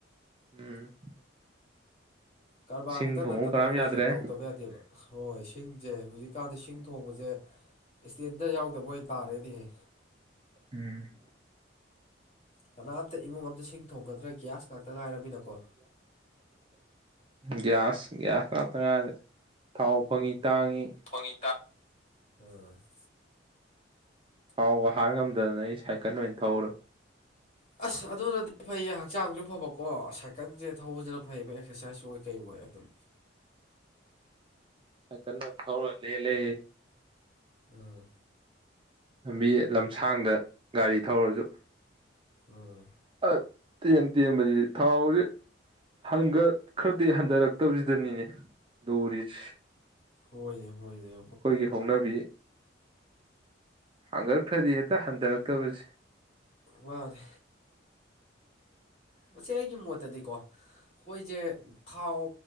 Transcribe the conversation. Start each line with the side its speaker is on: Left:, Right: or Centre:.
Right: ꯎꯝ
Left: ꯀꯔꯕꯥꯔ
Right: ꯁꯤꯡ
Left: ꯈꯠꯇ
Right: ꯊꯣꯡꯕ
Left: ꯅꯠꯇꯅ
Right: ꯀꯅꯥꯝ
Left: ꯑꯩꯈꯣꯏꯁꯦ
Right: ꯌꯥꯗ꯭ꯔꯦ
Left: ꯇꯧꯗꯕ ꯌꯥꯗꯦꯕ ꯍꯣꯏ ꯁꯤꯡꯁꯦ ꯍꯧꯖꯤꯛꯀꯥꯟꯗꯤ ꯁꯤꯡ ꯊꯣꯡꯕꯁꯦ ꯏꯁꯇꯦꯟꯗ ꯌꯥꯎꯗꯕ ꯑꯣꯏꯅ ꯇꯥꯔꯦꯅꯦꯍꯦ
Right: ꯎꯝ
Left: ꯀꯅꯥꯝꯇ ꯏꯃꯨꯡ ꯑꯃꯝꯇ ꯁꯤꯡ ꯊꯣꯡꯒꯗ꯭ꯔꯦ ꯒ꯭ꯌꯥꯁ ꯉꯥꯛꯇ ꯉꯥꯏꯔꯝꯃꯤꯅꯀꯣ
Right: ꯒ꯭ꯌꯥꯁ ꯒ꯭ꯌꯥꯁ ꯉꯥꯛꯇ ꯉꯥꯏꯗ ꯊꯥꯎ ꯐꯪꯉꯤ ꯇꯥꯡꯉꯤ
Left: ꯐꯅꯤꯇꯥ ꯎꯝ <inaudible>
Right: ꯊꯥꯎꯒ ꯍꯥꯟ ꯉꯝꯗꯗꯅ ꯑꯩ ꯁꯥꯏꯀꯜ ꯑꯣꯏꯅ ꯊꯧꯔꯝ
Left: ꯑꯁ ꯑꯗꯨꯅꯗꯤ ꯐꯩꯌꯦ ꯍꯛꯆꯥꯡꯁꯨ ꯐꯕꯀꯣ ꯁꯥꯏꯀꯜꯁꯦ ꯊꯧꯕꯁꯤꯅ ꯐꯩꯌꯦꯕ ꯑꯦꯛꯁꯔꯁꯥꯏꯖ ꯑꯣꯏ ꯀꯩ ꯑꯣꯏ ꯑꯗꯨꯝ
Right: ꯁꯥꯏꯀꯜ ꯑꯣꯏꯅꯥ ꯊꯧꯔ ꯂꯦꯜꯂꯦ
Left: ꯑꯥ
Right: ꯂꯝꯕꯤ ꯂꯝꯁꯥꯡꯗ ꯒꯥꯔꯤ ꯊꯧꯔꯁꯨ
Left: ꯎꯝ
Right: ꯑ ꯇꯦꯟ ꯇꯦꯟꯕꯕꯁꯤꯗꯤ ꯊꯥꯎ ꯖꯤ ꯍꯟꯒꯠ ꯈ꯭ꯔꯗꯤ ꯍꯟꯊꯔꯛꯇꯕꯁꯤꯗꯅꯤꯅꯦ ꯂꯨꯔꯤꯁꯦ
Left: ꯍꯣꯏꯌꯦ ꯍꯣꯏꯌꯦ
Right: ꯑꯩꯈꯣꯏꯒꯤ ꯍꯧꯅꯕꯤ ꯍꯥꯡꯒꯠꯈ꯭ꯔꯗꯤ ꯍꯦꯛꯇ ꯍꯟꯊꯔꯛꯇꯕꯁꯦ
Left: ꯃꯥꯅꯦ ꯃꯁꯤ ꯑꯩꯒꯤ ꯃꯣꯠꯇꯗꯤꯀꯣ ꯑꯩꯈꯣꯏꯁꯦ ꯊꯥꯎ